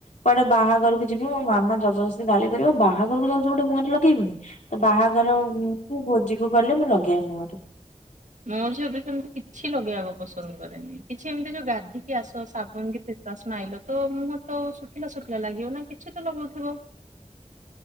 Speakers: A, on the left (about 85°); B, on the right (about 80°).
A: କୁଆଡେ ବାହାଘରକୁ ଯିବି ମୋ ମାମା ଜବରଦସ୍ତି ଗାଳି କରିବ ବାହାଘରକୁ ଯାଉଛିି ଗୋଟେ ମୁହଁରେ ଲଗେଇବନି। ତ ବାହାଘର ଭୋଜି କୁଗଲେ ଲଗେଇବ ମୁହଁରେ।
B: ମୋ ଝିଅ ବି ସେମିତି କିଛି ଲଗେଇବାକୁ ପସନ୍ଦ କରେନି କିଛି ଏମିତି ଗାଧିଇ କି ଆସ ସାବୁନ କି ଫେସୱାସ ମାଇଲ ତ ମୁହଁ ତ ସୁୁଖୀଲା ସୁଖୀଲା ଲାଗିବ ନା କିଛି ତ ଲଗଉଥିବ।